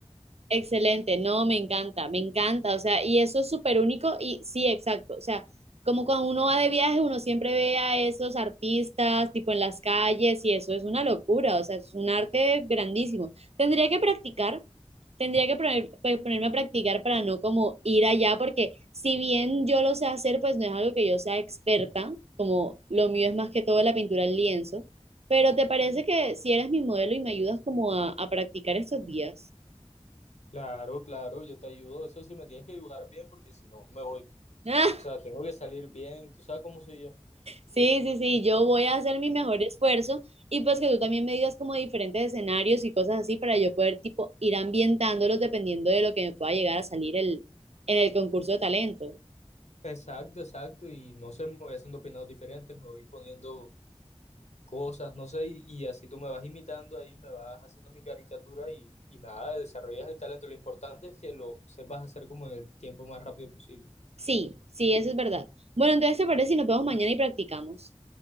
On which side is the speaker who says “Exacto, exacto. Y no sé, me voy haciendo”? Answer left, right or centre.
Left